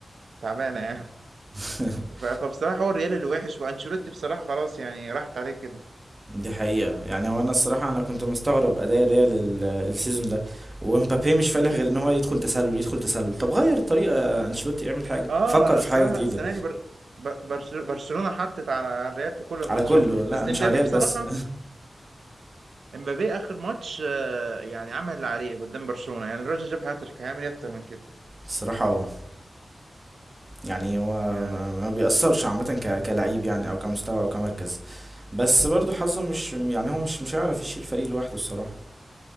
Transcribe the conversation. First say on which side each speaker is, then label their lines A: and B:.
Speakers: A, on the right (about 90°); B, on the right (about 25°).
A: تعبانه يعني
B: <laughs>
A: ف- فبصراحه هو الريال اللي وحش وانشيلوتي بصراحه خلاص يعني راحت عليه كده
B: دي حقيقة يعني هو انا الصراحة انا كنت مستغرب اداء ريال ال- السيزون ده ومبابي مش فالح غير ان هو يدخل تسلل يدخل تسلل طب غير الطريقة انشيلوتي اعمل حاجة
A: اه
B: فكر في
A: الصراحه
B: حاجة جديدة
A: السنه دي بر... ب- برش- برشلونه حطت على الريال في كل الماتشات
B: على كله لا
A: بس
B: مش
A: امبابي
B: على ريال
A: بصراحه
B: بس
A: امبابي اخر ماتش آه، يعني عمل اللي عليه قدام برشلونه يعني الراجل جاب هاتريك هيعمل ايه اكتر من كده
B: <laughs> الصراحة يعني هو
A: يعني
B: ما ما بيأثرش عامة ك- كلعيب يعني او كمستوى او كمركز بس برضو حظه مش يعني هو مش مش هيعرف يشيل فريق لوحده الصراحة